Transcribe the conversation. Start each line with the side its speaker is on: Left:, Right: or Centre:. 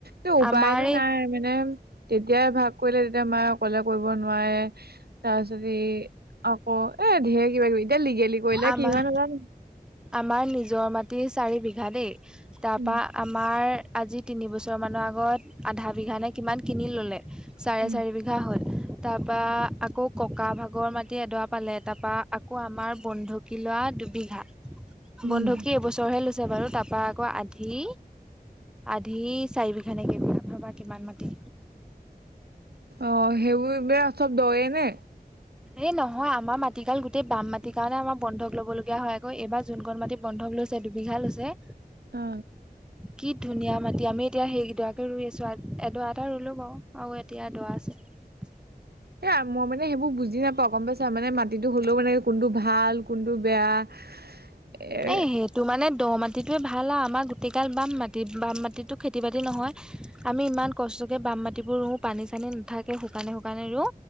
Right: এই উপায়টো
Centre: আমাৰ এই
Right: নাই মানে তেতিয়াই ভাব কৰিলে তেতিয়া মায়ে অকলে কৰিব নোৱাৰে তাৰ পিছত ই আকৌ এ ঢেৰ কিবা কিবি এতিয়া লিগেলি কৰিলে
Centre: আমাৰ
Right: কি হয় নাজানো
Centre: আমাৰ নিজৰ মাটি চাৰি বিঘা দেই তাৰপা
Right: উম
Centre: আমাৰ আজি তিনিবছৰমানৰ আগত আধা বিঘানে কিমান কিনি ল'লে। চাৰে
Right: উম
Centre: চাৰি বিঘা হ'ল। তাৰপৰা আকৌ ককা ভাগৰ মাটি এডৰা পালে। তাৰপৰা আকৌ আমাৰ বন্ধুকী লোৱা দুবিঘা
Right: উম
Centre: বন্ধুকী এইবছৰহে লৈছে বাৰু। তাৰপৰা আকৌ আধি আধি চাৰি বিঘা নেকি ভাবা কিমান মাটি।
Right: অ সেইবোৰ বে চব দয়ে নে?
Centre: এই নহয় আমাৰ মাটিিকাল গোটেই বাম মাটিৰ কাৰণে আমাৰ বন্ধক ল'ব লগীয়া হয় আকৌ। এইবাৰ যোনকণ মাটি বন্ধক লৈছে। দুবিঘা লৈছে।
Right: অ।
Centre: কি ধুনীয়া মাটি আমি এতিয়া সেই কেইডৰাকে ৰুই আছো। এডৰা এটা ৰুলো বাৰু আৰু এতিয়া এডৰা আছে।
Right: এ মই মানে সেইবোৰ বুজি নাপাওঁ গম পাইছা। মানে মাটিটো হ'লেও মানে কোনটো ভাল কোনটো বেয়া। এ
Centre: এই সেইটো মানে দ মাটিটোৱে ভাল আৰু আমাৰ গোটেইকাল বাম মাটিত। বাম মাটিতটো খেতি বাতি নহয় আমি ইমান কষ্ট গোটেই বাম মাটিবোৰ ৰো, পানী চানি নাথাকে। খুকানে, খুকনে ৰোঁ,